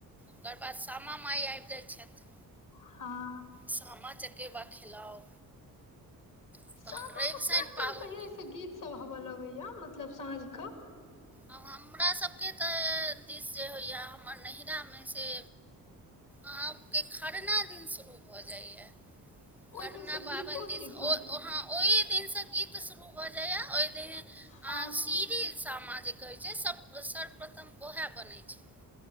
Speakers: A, in the centre; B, on the left (about 60°).
A: ओकर बाद शामा माइ आबि जाइत छथि।
B: हां
A: सामा चकेबा खेलाउ। तहन
B: सामा
A: रवि
B: मे
A: शनि
B: कए दिन
A: पाबनि
B: पहिनेे से गीत सब होबय लगैया मतलब साँझ के?
A: अ हमरा सभके तऽ दिस जे होइए हमर नहिरामे से आहांके खरना दिन शुरू भऽ जाइया,
B: ओहि
A: खरना
B: दिन से
A: पाबन
B: गीतो
A: दिनसँ
B: तीतो
A: ओ ओ हां ओहि दिनसँ गीत शुरू भऽ जाइए ओहि दिन
B: हँ
A: आ सीढ़ी सामाजिक कहै छै, सब सर्वप्रथम ओहैय बनै छै।